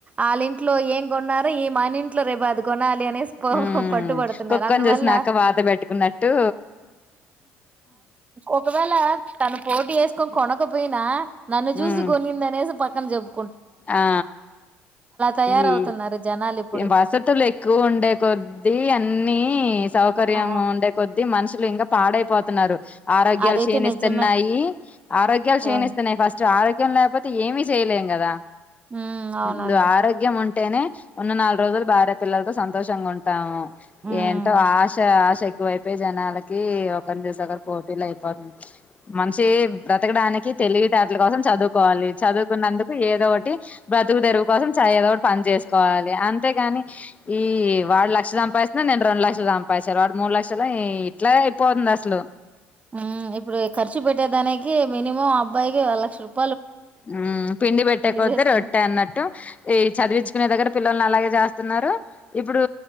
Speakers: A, on the right; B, on the left.
A: ఆళ్ళింట్లో ఏం కొన్నా. మనిం. ట్లో రేపది కొనాలి అనేస్
B: ఉమ్
A: పట్టు పడుతున్నారు
B: కుక్కని
A: అందువల్ల
B: చూసినాక వాత పెట్టుకున్నట్టు
A: ఒకవేళ తను. పోటీ ఏసుకో కొనక పోయినా. నన్ను చూసి
B: ఉమ్
A: కొనిందనేస ప. క్కన్ జెబ్కు.
B: ఆ
A: తయారవుతున్నారు
B: ఈ
A: జనాలు ఇప్పుడు
B: వసతులెక్కువుండేకొద్ది అన్నీ సౌకార్యంగావుండే
A: ఆ
B: కొద్ది మనుష్. లింకా పాడైపోతున్నారు. ఆరోగ్యాలు
A: అదైతే
B: క్షీణిస్తున్నాయి
A: నిజమే
B: ఆరోగ్యాలు క్షీణిస్తున్నాయి
A: అవును
B: ఫస్ట్ ఆరో. లేకపోతే ఏమీ చేయలేం కదా.
A: ఉమ్ అవునండి
B: ముందు ఆరోగ్యం ఉంటు. టేనే ఉన్న నాలుగు రోజులు భార్య పిల్లలతో సంతోషంగా ఉంటాము.
A: ఉమ్
B: ఏంటో ఆశ ఆశ. ఎక్కువైపొయ్ జనాలకి. పని చేసేకాడా పోటీలు అయిపోతుంది మనిషి బ్రతకడానికి తెలివితేటల కోసం చదువుకోవాలి చదువుకున్నందుకు ఏ. కోటి బతుకు తెరువు కోసం చ ఏదోకటి పని చేసుకోవాలి అంతేగాని ఈ వాడు లక్ష సంపాస్తున్నాడు నేను రెండు లక్షలు సంపాస్తాను వాడు మూడు లక్షలు ఎ ఇట్లా అయిపోతుంది అసలు
A: మ్మ్ ఇప్పుడు ఖర్చు పెట్టేదానికి మినిమం అబ్బాయికి లక్ష రూపా
B: మ్మ్ పిండి పెట్టే కొద్ది
A: చేసుకుని
B: రొట్టే అన్నట్టు ఈ చదివిచ్చుకునే
A: హ్మ్.
B: దగ్గర పిల్లల్ని అలాగే చేస్తన్నారు ఇప్పుడు